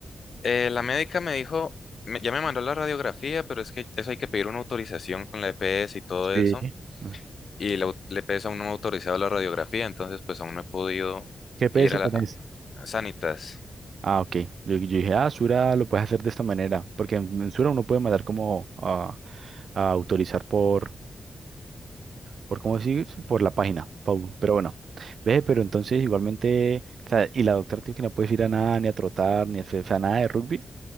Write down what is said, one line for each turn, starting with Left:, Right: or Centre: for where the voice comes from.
Left: Eh, la médica me dijo, me- ya me mandó la radiografía, pero es que eso hay que pedir una autorización con la EPS y todo
Right: Sí.
Left: eso.
Right: Ah,
Left: Y la, au- la EPS aún no me ha autorizado la radiografía, entonces pues aún no he podido
Right: ¿Qué peso
Left: ir a la
Right: tenés?
Left: a Sanitas.
Right: Ah, ok. Yo, yo dije, ah, Sura lo puedes hacer de esta manera, porque en, en Sura uno puede mandar como a, a autorizar por, ¿Por cómo decir? Por la página, Paul. Pero bueno, ve, pero entonces igualmente, o sea, y la doctora dijo que no puedes ir a nada, ni a trotar, ni a, hacer- o sea, nada de rugby.